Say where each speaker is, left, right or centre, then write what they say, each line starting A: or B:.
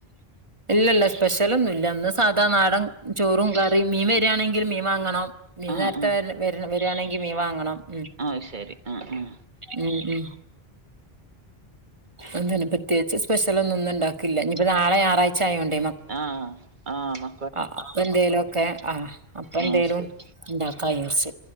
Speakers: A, on the right (about 30°); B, on the right (about 50°).
A: ഇല്ലല്ല സ്പെഷ്യലൊന്നുംല്ല അന്ന് സാധാ നാടൻ ചോറും കറിയും മീൻ വരികയാണെങ്കിൽ മീൻ വാങ്ങണം മീൻ
B: ആഹ്
A: നേരത്തെ വരികയാണെങ്കിൽ മീൻ വാങ്ങണം ഉം
B: ആയ് ശരി ആഹ് ആഹ്
A: ഉം ഉം അന്തന്നെ പ്രത്യേകച്ച് സ്പെഷ്യല ഒന്നും ഉണ്ടികില്ല ഇനി ഇപ്പോ ഞായറാഴ്ച്ച ആയോണ്ടേ
B: ആഹ് ആഹ് മ
A: ആ അപ്പ എന്തേലും ഒക്കെ ആ അപ്പ എന്തേലും
B: ആഹ് ശരി
A: ഉണ്ടാക്കാ വിചാരിച്ച്